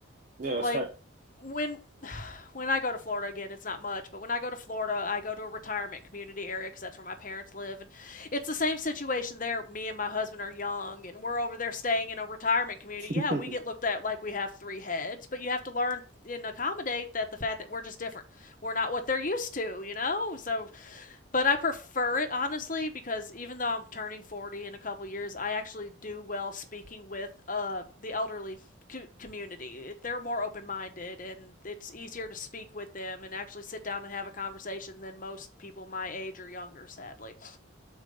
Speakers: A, on the right; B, on the left.
A: Yeah, that's
B: like
A: right.
B: when when I go to Florida again, it's not much, but when I go to Florida, I go to a retirement community area because that's where my parents live, and it's the same situation there. Me and my husband are young, and we're over there staying in a retirement community.
A: <laughs>
B: Yeah, we get looked at like we have three heads, but you have to learn and accommodate that the fact that we're just different. We're not what they're used to, you know. So but I prefer it honestly because even though I'm turning 40 in a couple years, I actually do well speaking with uh, the elderly co- community. It- They're more open minded and it's easier to speak with them and actually sit down and have a conversation than most people my age or younger, sadly.